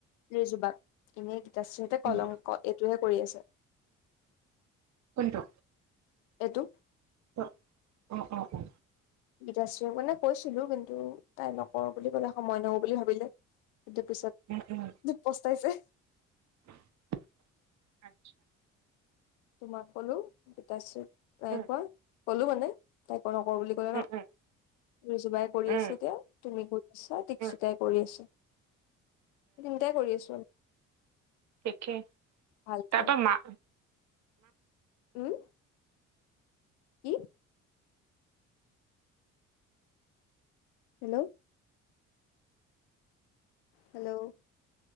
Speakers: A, on the left (about 65°); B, on the right (about 45°).
A: ৰিজুবাক, এনেই গীতাশ্ৰীহতে
B: উম,
A: কলংক এইটোহে কৰি আছে।
B: কোনটো?
A: এইটো।
B: অ, অ অ অ।
A: গীতাশ্ৰীয়ে মানে কৈছিলো কিন্তু তাই নকৰো বুলি কলে সময় নহব বুলি ভাবিলে। এতিয়া পিছত
B: ওম ওম।
A: তোক পস্তাইছে।
B: <unintelligible>
A: তোমাক কলো, গীতাশ্ৰী নাইকোৱা
B: উম,
A: কলো মানে। তাইক নকৰো বুলি ক'লে
B: উম,
A: ন?
B: উম,
A: ৰিজুবাই কৰি
B: উম,
A: আছে এতিয়া, তুমি কৰি আছা, দীক্ষিতাই
B: উম,
A: কৰি আছে। তিনটাই কৰি আছো।
B: দেখে
A: ভালকে
B: তাৰপৰা মা
A: উম। কি? Hello hello!